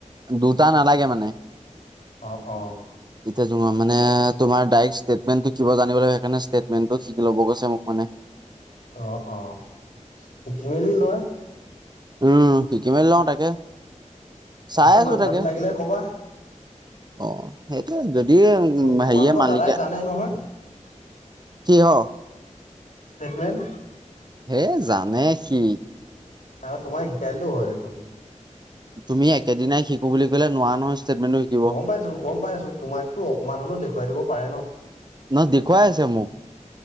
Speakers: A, on the right; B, on the left.
A: দুটা নালাগে মানে
B: অহ, অহ
A: য়া মানে তোমাৰ ডৰেক্ট ষ্টেটমেটো কিব জানিব ল সেইকাৰে ষ্টেটমেন্টো শিকি ল'ব গৈ মোকানে
B: অ', অ', মেলি লোৱা
A: উম শিকি মেলি লওঁ তাকে চাই
B: পিছত
A: আছো
B: মান চান
A: তাকে
B: লাগিলে কবা
A: আহ সেই দ উ
B: তোমালোকৰ
A: হে মালিকে
B: দাদাই জানে নহয়
A: কিহ?
B: ষ্টেটমেণ্ট
A: হে জানে সি
B: আৰু তোমাক শিকাইলেও হয় দেখোন
A: তুমি একেদিনাই শিকো বুলি কলে নোৱা নহয় ষ্টেটমেণ্টটো শিকিব।
B: গম পাইছো গম পাইছো তোমাকতো অকমান হলেও দেখুৱাই দিব পাৰে ন?
A: নহ দেখুৱাই আছে মোক